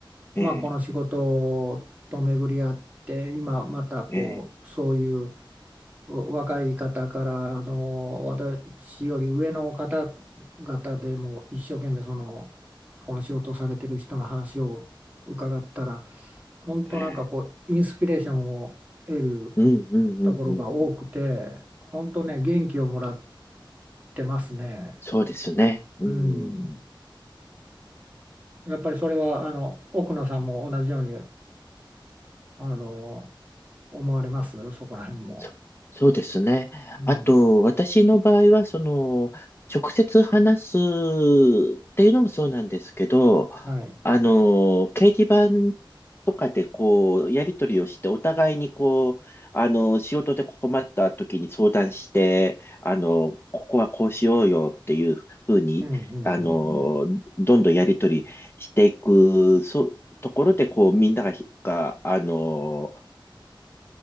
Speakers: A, on the left; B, on the right.
A: ええ、
B: まあ、この仕事と巡り合って今またこうそういう
A: ええ、
B: 若い方からあの私より上の方々でも一生懸命そのこの仕事をされてる人の話を伺ったら本当なんかこうインスピレーションを得る
A: ええうん、うん、うん、
B: ところが多くて本当ね元気をもらっ
A: うん。うん
B: てますね。
A: そうですね。うん。
B: うん、やっぱりそれはあの奥野さんも同じようにあの思われますそこら辺も。
A: そそうですね。
B: うん、
A: あと、私の場合は、その、直接話すっていうのもそうなんですけど、
B: はい。
A: あの、掲示板とかでこう、やり取りをして、お互いにこう、あの、仕事で困った時に相談して、あの、ここはこうしようよっていうふうに、
B: うんうんうんうん。
A: あの、どんどんやり取りしていく、そう、ところで、こう、みんながひ、が、あの、